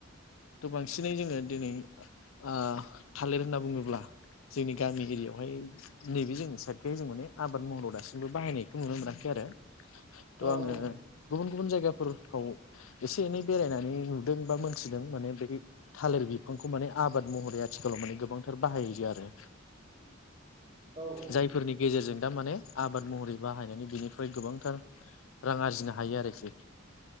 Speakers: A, on the left; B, on the right.
A: थ' बांसिनै जोङो दिनै ओ थालिर होनना बुङोब्ला जोंनि गामि एरियायावहाय नैबे जों साइडखौ जों माने आबाद महराव दासिमबो बाहायनायखौ नुनो मोनाखै आरो थ'
B: औ
A: आङो
B: औ
A: गुबुन गुबुन जायगाफो ताव एसे एनै बेरायनानै नुदों बा मोन मिथिदों माने बै थालिर बिफांखौ माने आबाद महरै आथिखालाव माने गोबांथार बाहाययो आरो
B: औ ओ
A: जायफोरनि गेजेरजों दा माने आबाद महरै बाहायनानै बिनिफ्राय गोबांथार रां आरजिनो हायो आरोखि